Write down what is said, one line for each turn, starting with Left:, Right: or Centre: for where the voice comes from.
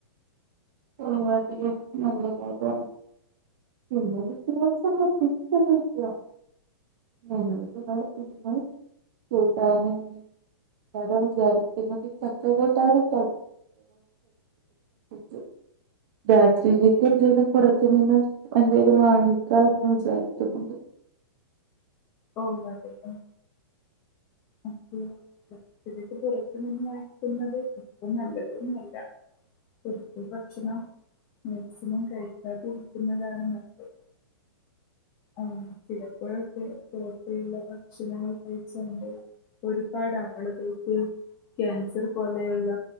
Right: <unintelligible> <unintelligible> <unintelligible> ങനെ വിജാരിക്ക്ന്നു ചക്കക്കൂട്ടാനും <unintelligible> രാത്രിയിലേക്ക് എന്തെലും പുറത്തുനിന്ന് എന്തെലും വാങ്ങിക്കാ എന്ന് വിചാരിക്കുന്നത്
Left: ഓ അതെയോ ആഹ് രാത്രി പുറത്തു നിന്ന് കയിക്കുന്നത് ഒപ്പ നല്ലതൊന്നുമല്ല ഇപ്പ ഭക്ഷണം മാക്സിമം കഴിക്കാതിരിക്കുന്നതാണ് നല്ലത് ആഹ് ചിലപ്പോഴൊക്കെ ഒള്ള ഭക്ഷണങ്ങൾ കഴിച്ചുകൊണ്ട് ഒരുപാട് ആളുകൾക്ക് ക്യാൻസർ പോലെയുള്ള